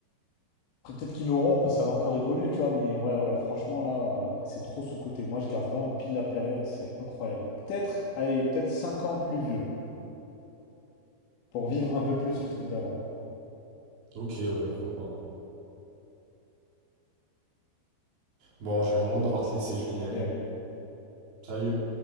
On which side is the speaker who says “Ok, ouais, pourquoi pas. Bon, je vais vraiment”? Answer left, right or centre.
Right